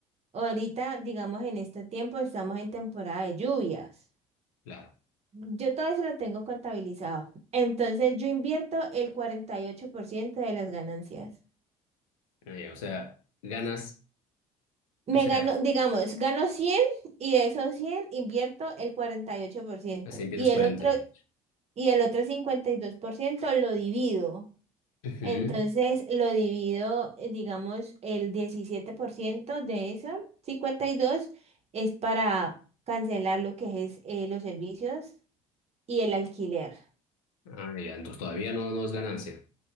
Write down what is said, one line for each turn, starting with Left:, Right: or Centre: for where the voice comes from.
Right: Ahorita, digamos, en este tiempo estamos en temporada de lluvias.
Left: claro,
Right: Yo todo eso lo tengo contabilizado. Entonces, yo invierto el 48% de las ganancias.
Left: eh, o sea, ganas, o
Right: Me
Left: sea,
Right: gano, digamos, gano 100 y de esos 100 invierto el cuarenta y ocho por ciento
Left: así empiezas
Right: y el
Left: 48.
Right: otro y el otro 52% lo divido.
Left: Ujú.
Right: Entonces lo divido, eh, digamos, el 17% de eso, cincuenta y dos es para cancelar lo que es eh, los servicios y el alquiler.
Left: Ah, ya, entonces todavía no, no es ganancia.